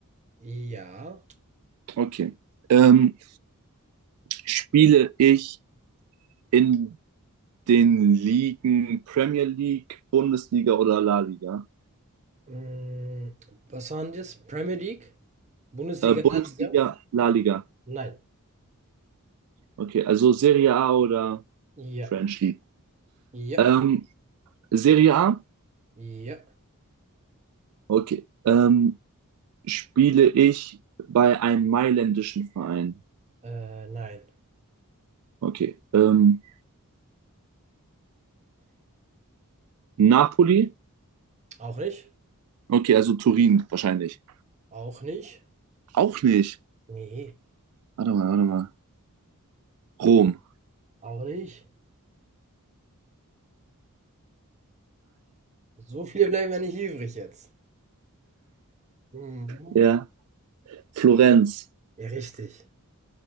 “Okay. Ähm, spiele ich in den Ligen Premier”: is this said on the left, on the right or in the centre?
Right